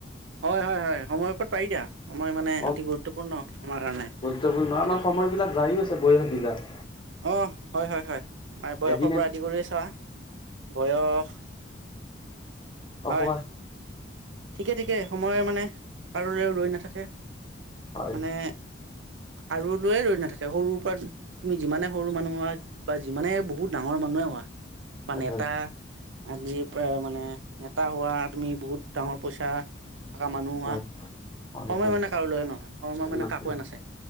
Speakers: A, on the right; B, on the left.
A: হয় হয় হয় সময়ৰ ওপৰত পাৰি দিয়া। সময় মানে
B: অ
A: অতি গুৰুত্বপূৰ্ণ আমাৰ কাৰণে।
B: গুৰুত্বপূৰ্ণ,
A: হয়
B: আমাৰ
A: জানো?
B: সময়বিলাক যায়ে আছে বয়সবিলাক।
A: অ' হয় হয় হয় মানে বয়সৰ
B: এদিন
A: পৰা আদি কৰিয়ে চোৱা, বয়স
B: অ
A: হয়
B: কোৱা?
A: ঠিকে ঠিকে সময় মানে কাৰোলৈ ৰৈ নাথাকে
B: হয়
A: মানে আৰু লৈয়ে ৰৈ নাথাকে সৰুৰ পৰা তুমি যিমানে সৰু মানুহ হোৱা বা যিমানে বহুত ডাঙৰ মানুহে হোৱা বা নেতা,
B: হয়
A: আজিৰ পৰা মানে নেতা হোৱা তুমি বহুত ডাঙৰ পইচা থকা মানুহ
B: হয়
A: হোৱা,
B: হয়
A: সময়
B: হয়
A: মানে কাৰোলৈ নহয়, সময়
B: এনেকে
A: মানে কাকোৱে নাচায়।